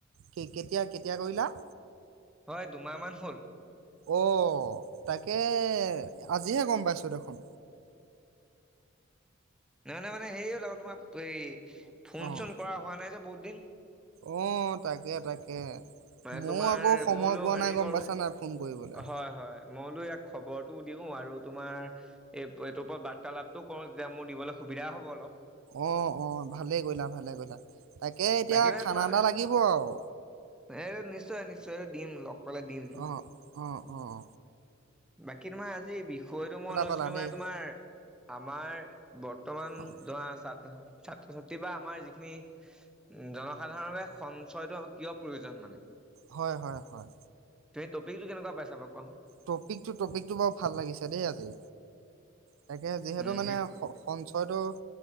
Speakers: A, on the right; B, in the centre.
A: কি কেতিয়া, কেতিয়া কৰিলা?
B: হয়, দুমাহমান হ'ল।
A: অ', তাকে আজিহে গম পাইছোঁ দেখোঁন।
B: নহয় নে মানে হেৰি হ'ল আকৌ তোমাৰ এই ফোন
A: অ'
B: চোন কৰা হোৱা নাই যে বহুত দিন।
A: অ', তাকে, তাকে।
B: মানে
A: ময়ো
B: তোমাৰ
A: আকৌ সময়
B: মই বোলো
A: পোৱা
B: হেৰি
A: নাই গম
B: কৰোঁ,
A: পাইছা নাই ফোন কৰিবলৈ
B: হয়, হয়। মই বোলো ইয়াক খবৰটোও দিওঁ, আৰু তোমাৰ এই এইটোৰ ওপৰত বাৰ্তালাপটো কওঁ যে মোৰ দিৱলৈ সুবিধা হ'ব অলপ।
A: অ অ ভালে কৰিলা ভালে কৰিলা। তাকে এতিয়া
B: বাকী মানে
A: খানা
B: তোমাৰ
A: এটা লাগিব আও।
B: এই নিশ্চয় নিশ্চয় দিম লগ। পালে দিম
A: অঁ অঁ অঁ
B: বাকী তোমাৰ আজি বিষয়টো মই লৈছিলো
A: পালা
B: মানে
A: দেই
B: তোমাৰ- আমাৰ বৰ্তমান
A: অ'
B: ধৰা ছাত ছাত্ৰ ছাত্ৰী বা আমাৰ যিখিনি- উম জনসাধাৰণে সঞ্চয়টো কিয় প্ৰয়োজন মানে?
A: হয় হয় হয়।
B: সেই টপিকটো কেনেকুৱা পাইছা বাৰু কোৱাচোন?
A: টপিকটো টপিকটো বাৰু ভাল লাগিছে দেই আজি। তাকে যিহেতু
B: উম
A: মানে সঞ্চয়টো-